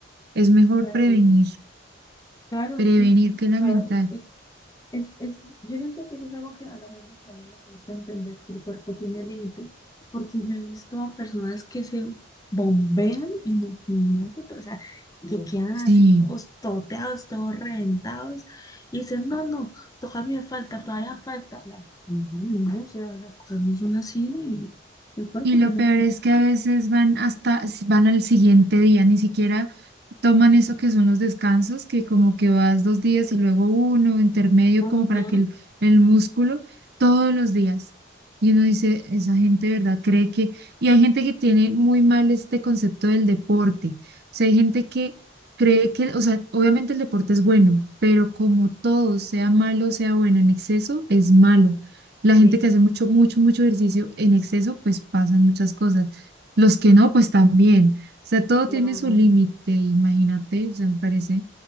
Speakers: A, on the right; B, on the left.
A: es mejor
B: claro.
A: prevenir,
B: Claro,
A: prevenir
B: sí. y,
A: que
B: O
A: lamentar.
B: sea, es, es Es, es, yo siento que eso es algo que a la gente todavía le cuesta entender que el cuerpo tiene límites, porque yo he visto personas que se bombean en el gimnasio, pero, o sea, que No. quedan
A: Sí,
B: así todos toteados, todos reventados, y dicen, no, no, todavía falta, todavía falta. La- no, no, o sea, las cosas no son así, y el cuerpo
A: y lo
B: tiene
A: peor
B: límites.
A: es que a veces van hasta, van al siguiente día, ni siquiera toman eso que son los descansos, que como que vas dos días y luego uno, intermedio,
B: Ajá,
A: como para que el, el músculo, todos los días. Y uno dice, esa gente, de ¿verdad? Cree que... Y hay gente que tiene muy mal este concepto del deporte. O sea, hay gente que cree que, o sea, obviamente el deporte es bueno, pero como todo, sea malo, sea bueno, en exceso es malo. La gente
B: Sí,
A: que hace mucho, mucho, mucho ejercicio en exceso, pues pasan muchas cosas. Los que no, pues también. O sea, todo
B: claro.
A: tiene su límite, imagínate, o sea, me parece.